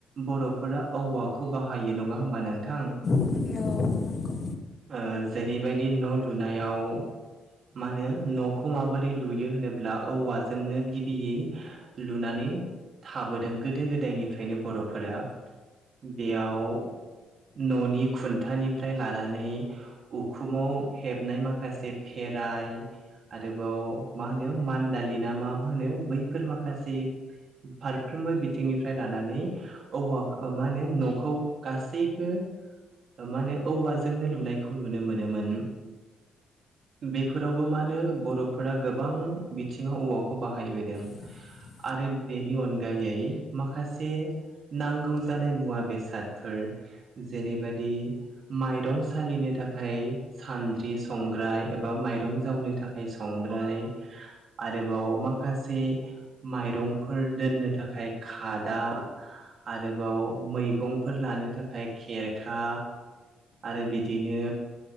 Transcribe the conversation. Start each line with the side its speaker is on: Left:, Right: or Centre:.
Right: बर'फोरा औवाखौ बा बाहायो नङा होमबा नोंथां
Left: औ नंगौ
Right: ओ जेरैबायदि न' लुनायाव मा होनो न'खौ माबोरै लुयो होनोब्ला औवाजोंनो गिबियै लुनानै थाबोदों गोदो गोदायनिफ्रायनो बर'फोरा बेयाव न'नि खुन्थानिफ्राय लानानै उखुमाव हेबनाय माखासे फे राय आरोबाव माहोनो मानदालिनामा होनो बै फोर माखासे फारफ्रोमबो बिथिंनिफ्राय लानानै औवा मा होनो न'खौ गासैबो मा होनो औवाजोंनो लुनायखौ नुनो मोनोमोन बेफोरावबो मानो बर'फोरा गोबां बिथिङाव औवाखौ बाहायबोदों
Left: <inaudible>
Right: आरो बेनि अनगायै माखासे नांगौ जानाय मुवा बेसादफोर जेरैबादि माइरं सालिनो थाखाय सान्द्रि संग्राय एबा माइरं जावनो थाखाय संग्राय आरोबाव माखासे माइरंफोर दोननो थाखाय खादा आरोबाव मैगंफोर लानो थाखाय खेरखा आरो बिदिनो